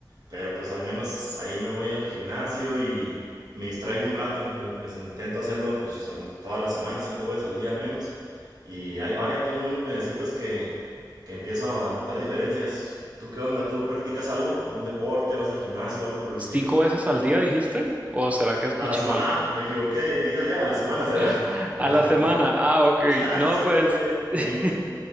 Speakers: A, on the right (about 60°); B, on the right (about 20°).
A: Pero pues al menos ahí me voy al gimnasio y me distraigo un rato. pues, Intento hacerlo pues al- toda la semana, cinco veces al día al menos. Y ahí va, ya tengo unos mesecitos que, que empiezo a notar diferencias. ¿Tú qué onda? ¿Tú practicas algo? ¿Algún deporte? ¿Vas al gimnasio o algo por el estilo?
B: ¿Cinco veces al día dijiste? ¿O será que escuché
A: A la semana.
B: mal?
A: Ah, me equivoqué. Dije al día. A la semana será.
B: <laughs>
A: <laughs> Perdón,
B: A la semana.
A: perdón.
B: Ah, ok.
A: <laughs>
B: No,
A: Cinco
B: pues.
A: al día.
B: <laughs>
A: Imagínate.